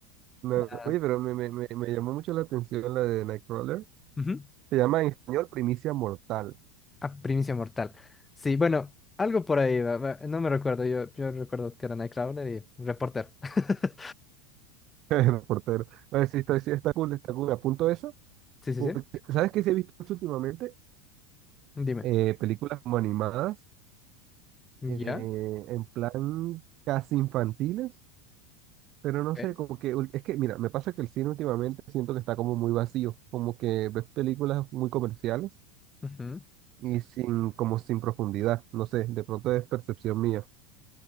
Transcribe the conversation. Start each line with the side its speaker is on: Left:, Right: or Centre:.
Right: No,
Left: Ah,
Right: no, oye, pero me, me, me, me llamó mucho la atención la de Nightcrawler.
Left: ujú.
Right: Se llama en español Primicia Mortal.
Left: Ah, Primicia Mortal. Sí, bueno, algo por ahí, va, va, no me recuerdo, yo, yo recuerdo que era Nightcrawler y Reporter. <laughs>
Right: <laughs> El portero. Oye, sí, está, sí, está cool, está cool. Apunto eso.
Left: Sí, sí,
Right: Porque,
Left: sí.
Right: ¿sabes qué se he visto mucho últimamente?
Left: Dime.
Right: Eh, películas como animadas,
Left: ¿Ya?
Right: eh, en plan casi infantiles. Pero no
Left: ok,
Right: sé, como que ul- es que, mira, me pasa que el cine últimamente siento que está como muy vacío, como que ves películas muy comerciales
Left: ujú.
Right: y sin, como sin profundidad, no sé, de pronto es percepción mía.